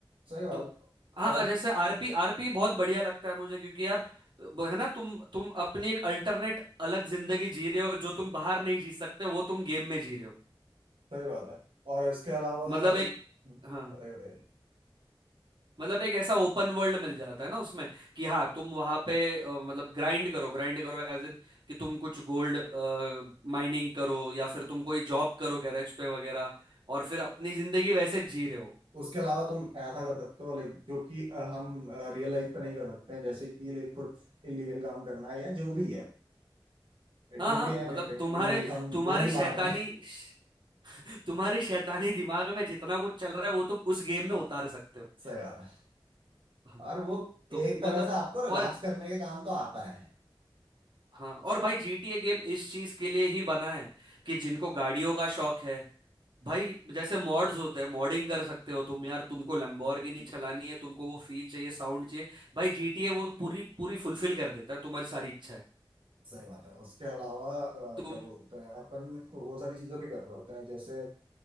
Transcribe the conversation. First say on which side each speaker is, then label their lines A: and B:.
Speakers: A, on the right; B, on the right.
A: सही बात
B: तो हाँ
A: और
B: जैसे आरपी आरपी बहुत बढ़िया लगता है मुझे क्योंकि यार ब- है ना तुम तुम अपनी एक अल्टरनेट अलग जिंदगी जी रहे हो जो तुम बाहर नहीं जी सकते वो तुम गेम में जी रहे हो
A: सही बात है और इसके अलावा
B: मतलब
A: बताइए
B: एक हाँ
A: बताइए
B: मतलब एक ऐसा ओपन वर्ल्ड मिल जाता है ना उसमें कि हाँ तुम वहां पे अ, मतलब ग्राइंड करो ग्राइंड करो एज इन कि तुम कुछ गोल्ड माइनिंग करो या फिर तुम कोई जॉब करो गैरेज पे वगैरह और फिर अपनी जिंदगी वैसे जी रहे हो
A: उसके अलावा तुम ऐसा कर सकते हो लाइक जो कि अ, हम रियल लाइफ पे नहीं कर सकते हैं जैसे कि लाइक कुछ इलीगल काम करना है या जो भी है It
B: हाँ
A: can
B: हाँ
A: be anything
B: मतलब तुम्हारे
A: like हम
B: तुम्हारे
A: गोली
B: शैतानी
A: मार रहे हैं
B: <laughs> तुम्हारे शैतानी दिमाग में जितना कुछ चल रहा है वो तुम उस गेम में उतार सकते हो
A: <laughs> सही बात है
B: हाँ,
A: और वो
B: तो
A: एक
B: मतलब
A: तरह से आपको रिलैक्स
B: और
A: करने के काम तो आता है
B: हाँ और भाई जीटीए गेम इस चीज के लिए ही बना है कि जिनको गाड़ियों का शौक है भाई जैसे मॉड्स होते हैं मॉडिंग कर सकते हो तुम यार तुमको लैम्बोर्गिनी चलानी है तुमको वो फील चाहिए साउंड चाहिए भाई जीटीए वो पूरी पूरी फुलफिल कर देता है तुम्हारी सारी इच्छा है
A: सही बात है उसके अलावा अ,
B: तुम
A: क्या बोलते हैं अपन वो सारी चीजें भी कर रहे होते हैं जैसे